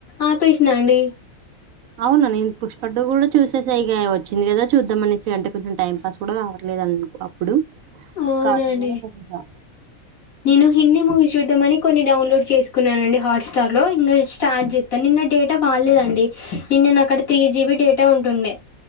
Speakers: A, on the left (about 70°); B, on the right (about 70°).
A: ఆపేసిన అండి
B: అవునా నేను పుష్ప టు కూడా చూసేసైగా వచ్చింది కదా చూద్దాంమనేసి అంటే కొంచం టైం పాస్ కూడా కావట్లేదు లేదు అప్పుడు
A: అవునండి
B: కావట్లేదని చూసేసా
A: నేను హిందీ మూవీస్ చూద్దామని కొన్ని డౌన్లోడ్ చేసుకున్నానండి హాట్స్టార్ లో ఇంకా స్టార్ట్ చేస్తాను నిన్న డేటా బాలేదండి నిన్న నా కాడ త్రీ జీబి డేటా ఉంటుండే